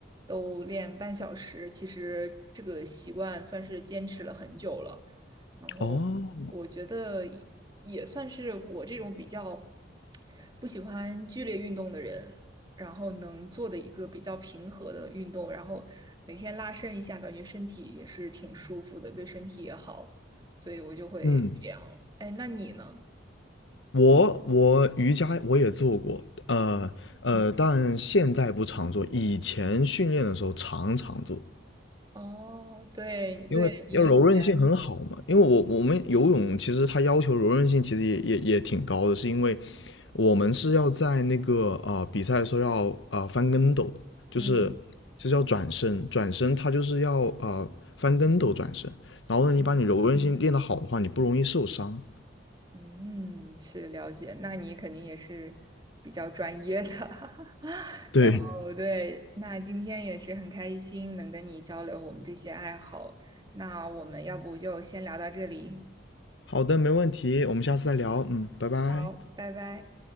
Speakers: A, on the right (about 20°); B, on the left (about 80°).
A: 都练半小时。其实这个习惯算是坚持了很久了，然后我觉得也也算是我这种比较
B: 哦，
A: 不喜欢剧烈运动的人，然后能做的一个比较平和的运动，然后每天拉伸一下，感觉身体也是挺舒服的，对身体也好，所以我就会这样。
B: 嗯，
A: 哎，那你呢？
B: 我我瑜伽我也做过，呃呃，但现在不常做，以前训练的时候常常做。
A: 哦，对对，
B: 因为要柔韧性很好嘛，
A: 你们以前，
B: 因为我我们游泳其实它要求柔韧性其实也也也挺高的，是因为我们是要在那个啊、呃比赛的时候要啊、呃翻跟斗的，就是就是要转身，
A: 嗯
B: 转身它就是要啊、呃翻跟斗转身，然后呢，你把你柔韧性练得好的话，
A: 嗯，
B: 你不容易受伤。
A: 嗯，嗯，是了解，那你肯定也是比较专业的。<laughs>
B: 对，
A: 然后对，那今天也是很开心能跟你交流我们这些爱好。那我们要不就先聊到这里，
B: 好的，没问题，我们下次再聊，嗯，拜拜。
A: 好，拜拜。